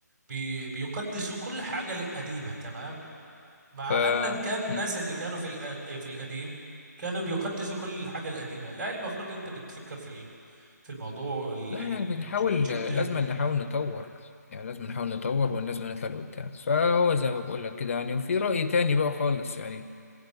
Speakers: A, on the right; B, on the left.
A: بي بيقدسوا كل حاجة القديمة تمام مع
B: ف
A: ان كان الناس
B: مم.
A: اللي كانوا في الأ- في القديم كانوا بيقدسوا كل الحاجة القديمة لا المفروض انت بتفكر في في الموضوع ال-
B: لا
A: ال-
B: يعني بنحاول
A: الج- جدة
B: لازم نحاول
A: نعم
B: نطور يعني لازم
A: نعم
B: نحاول نطور ولازم نطلع لقدام فهو زي ما بقول لك كده يعني وفي رأي تاني بقى خالص يعني